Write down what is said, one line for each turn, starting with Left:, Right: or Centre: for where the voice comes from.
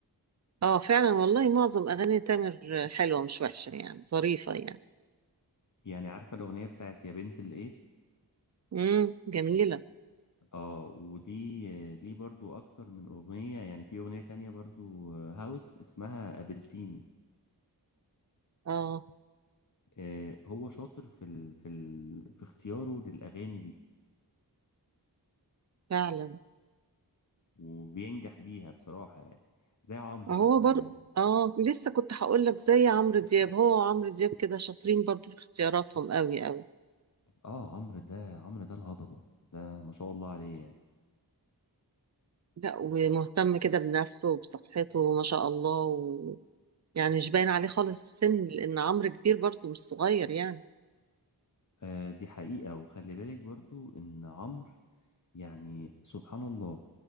Right: اه فعلا والله معظم اغاني تامر حلوه مش وحشه يعني ظريفه يعني
Left: يعني عارفة الأغنية بتاعت يا بنت الإيه
Right: امم جميله
Left: اه ودي آه، ليه برضو أكتر من أغنية يعني في أغنية تانية برضو آه، هاوس اسمها قابلتيني
Right: اه
Left: آه، هو شاطر في ال... في ال... في اختياره للأغاني دي
Right: فعلا
Left: وبينجح بيها بصراحة يعني زي عمرو
Right: هو
Left: مثلا
Right: بر
Left: يعني
Right: اه لسه كنت هقول لك زي عمرو دياب هو وعمرو دياب كده شاطرين برضو في اختياراتهم قوي قوي
Left: اه عمرو ده عمرو ده الهضبة ده ما شاء الله عليه يعني
Right: لا ومهتم كده بنفسه وبصحته ما شاء الله و... يعني مش باين عليه خالص السن لان عمرو كبير برضو مش صغير يعني
Left: آه دي حقيقة وخلي بالك برضو ان عمرو يعني سبحان الله